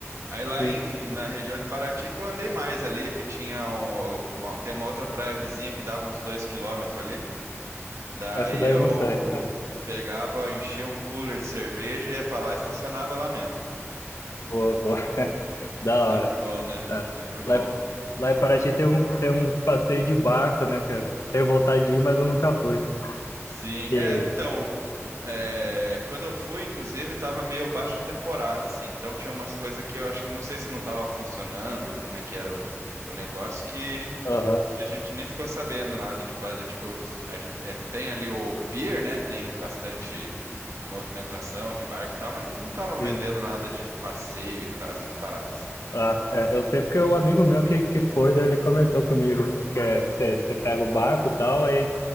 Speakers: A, on the right; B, on the left.
A: Aí lá
B: sim.
A: em, na região de Paraty que eu andei mais ali, que tinha um, uma- tem uma outra praia vizinha que dava uns dois quilômetros ali. Daí
B: Essa daí
A: eu
B: eu não sei. É.
A: pegava, enchia um cooler de cerveja, ia pra lá e estacionava lá mesmo.
B: Boa, boa. <laughs> Da
A: Sempre
B: hora.
A: bom, né?
B: É.
A: Sempre bom.
B: Lá, em- lá em Paraty tem um, tem um passeio de barco, né, cara? Tenho vontade de ir, mas eu nunca fui.
A: Sim,
B: Que...
A: é, então, é, quando eu fui, inclusive, tava meio baixa temporada, assim, então tinha umas coisas que eu acho que não sei se não tava funcionando, como é que era o, o negócio, que,
B: Aham,
A: que a gente nem ficou sabendo nada, de, pa- tipo, a gente, é, tem ali o pier, né, tem bastante movimentação de barco e tal, mas não, não tava
B: sim.
A: vendendo nada de passeio e tal, essas paradas, assim.
B: Ah, é, eu sei porque o amigo meu que, que foi, daí ele comentou comigo que é, você pega o barco e tal, aí